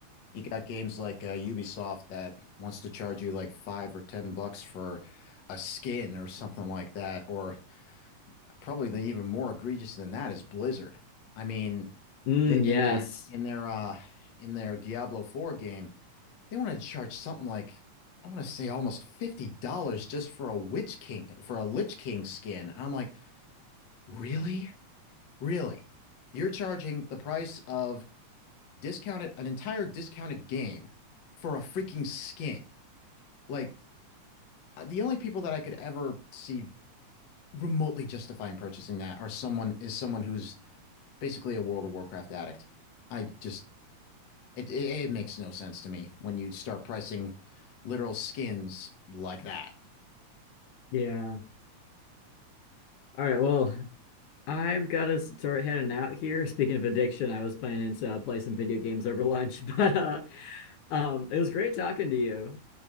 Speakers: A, on the left; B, on the left.
A: you got games like uh, Ubisoft that wants to charge you like five or ten bucks for a skin or something like that, or probably the even more egregious than that is Blizzard. I mean,
B: Mm,
A: the,
B: yes.
A: in their in their uh in their Diablo 4 game, They wanted to charge something like I want to say almost fifty dollars just for a Witch King for a Lich King skin. And I'm like, really? Really? You're charging the price of discounted an entire discounted game for a freaking skin. Like uh, the only people that I could ever see remotely justifying purchasing that are someone is someone who's basically a World of Warcraft addict. I just it, it it makes no sense to me when you start pricing literal skins like that.
B: Yeah. All right. Well, I've got to start heading out here. Speaking of addiction, I was planning to uh, play some video games over lunch, <laughs> but uh, um, it was great talking to you.